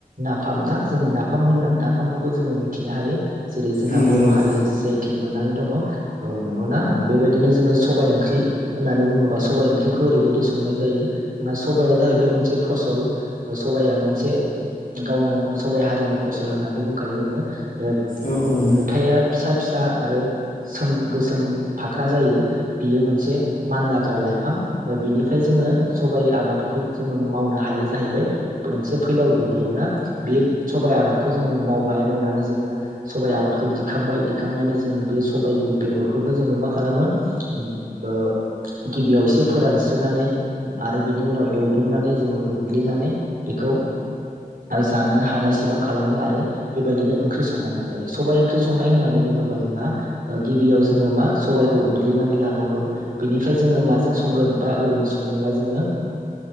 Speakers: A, on the right; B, on the left.
A: नाफाम ना जोङो नाफाम होन नाफामखौबो जोङो मिथिनो हायो। जेरै जोंहा
B: नंगौ
A: बर'
B: नंगौ
A: हारिया जेद थिग मोननानै दङ औ नंगौना बेबायदिनो जोङो सबाइ ओंख्रि होननानै बुङोबा सबाइ ओंख्रिखौ ओरैबायदि संनाय जायो जोंहा सबाया जाहैबाय मोनसे फसल सबाया मोनसे गावनो सबाइ हारिनि फसल होननानै बुंखायो जोङो
B: औ औ
A: -थाया फिसा फिसा आरो सोम गोसोम फाख्रा जायो बियो मोनसे मानलाग्रा लाइफां बिनिफ्राय जोङो सबाय आबादखौ जोङो मावनो हायो जाहैबाय मोनसे फैलाव दुब्लियावना बे सबायाइ आबादखौ जोङो मावबाय मावनानै जोङो सबाइ आबादखौ दिखांबाय दिखांनानै जोङो बे सबायाइनि बेगरखौनो जोङो मा खालामो ओ गिबियाव एसे फोरानस्रोनानै आरो बिनि उनाव एवदबनानै जोङो उनग्लिनानै बेखौ जानाय हानायसेबां खालामो आरो बेबायदिनो ओंख्रि संनानै जायो सबाय ओंख्रि संनाय होननानै बुङोबा जोंहा गिबियाव जोङो मा सबबायखौ उनग्लिनानै लानांगौ बेनिफ्राय जोङो माजों संगोन बा ओरैनो संगोन बा जोङो